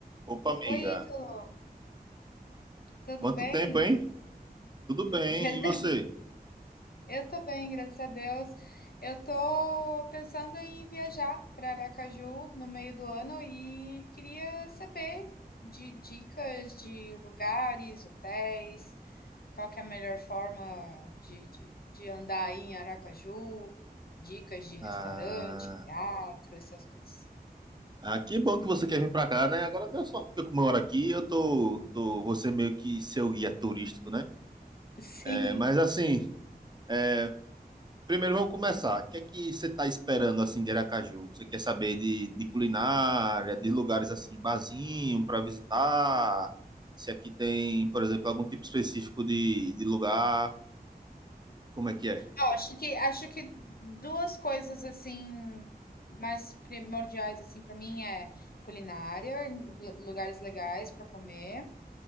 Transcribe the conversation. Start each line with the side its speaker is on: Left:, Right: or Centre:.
Right: Opa, amiga.
Left: Oi, Ítalo, tudo
Right: Quanto
Left: bem?
Right: tempo, hein? Tudo bem,
Left: <laughs> Verdade,
Right: e você?
Left: eu tô bem, graças a Deus. Eu tô pensando em viajar para Aracaju no meio do ano e queria saber de dicas de lugares, hotéis, qual que é a melhor forma de, de, de andar aí em Aracaju, dicas de restaurante,
Right: Ah,
Left: teatro, essas coisas.
Right: ah, que bom que você quer vir pra cá, né? Agora deu sorte que eu moro aqui, eu tô, tô você meio que seu guia turístico, né?
Left: <laughs> Sim.
Right: É, mas assim, é, primeiro vamos começar. O que é que você tá esperando, assim, de Aracaju? Você quer saber de, de culinária, de lugares, assim, barzinho pra visitar? Se aqui tem, por exemplo, algum tipo específico de, de lugar? Como é que é?
Left: Ó, acho que acho que 2 coisas, assim, mais primordiais, assim, para mim é culinária, lu lugares legais para comer,